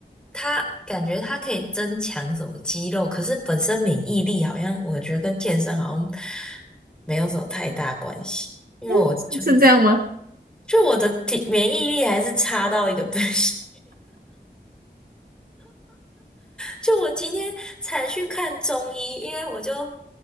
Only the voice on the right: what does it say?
嗯是是这样吗？